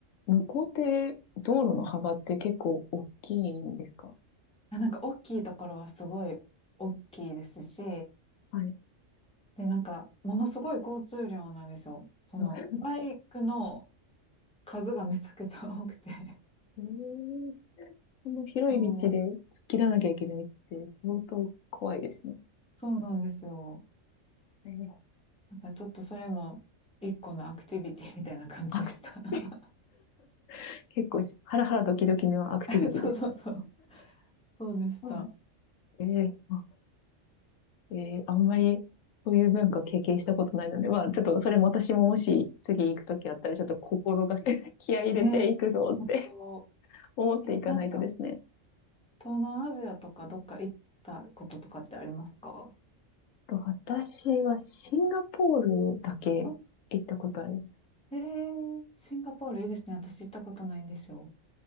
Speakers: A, on the left (about 80°); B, in the centre.
A: 向こうって道路の幅って結構大きいんですか
B: うん。あなんか大きいところはすごい大きいですし、
A: はい。
B: で、なんか、ものすごい交通量なんですよ。その、
A: <laughs>
B: バイクの数がめちゃくちゃ多くて。<laughs>
A: えー、その広い道で突っ切らなきゃいけないって相当怖いですね。
B: そう、そうなんですよ。
A: えー
B: なんかちょっとそれも一個のアクティビティみたいな感じでした。
A: アクティ <laughs> 結構ハラハラドキドキのアクティビティです
B: <laughs> そうそうそう。そうでした。
A: うんね。えーあえーあんまりそういう文化経験したことないので、まあちょっとそれも私ももし次行くときあったらちょっと心がけ <laughs> 気合い入れていくぞって
B: ね。あと、
A: <laughs> 思っていかないとですね。
B: え、なんか、東南アジアとかどっか行ったこととかってありますか
A: と私はシンガポールだけ行ったことあります。
B: あえー、シンガポールいいですね。私行ったことないんですよ。